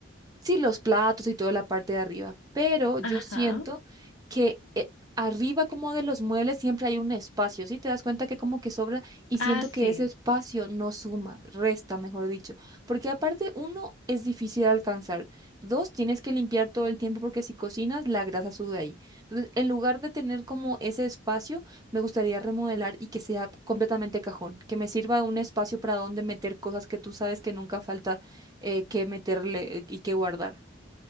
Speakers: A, on the right; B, on the left.
A: sí, los platos y toda la parte de arriba, pero yo
B: Ajá.
A: siento que eh, arriba como de los muebles siempre hay un espacio, ¿sí? Te das cuenta que como que sobra y siento
B: Ah, sí.
A: que ese espacio no suma, resta, mejor dicho, porque aparte uno es difícil de alcanzar, dos tienes que limpiar todo el tiempo porque si cocinas la grasa sube ahí. Entonces, en lugar de tener como ese espacio, me gustaría remodelar y que sea completamente cajón, que me sirva un espacio para donde meter cosas que tú sabes que nunca falta eh, que meterle y que guardar.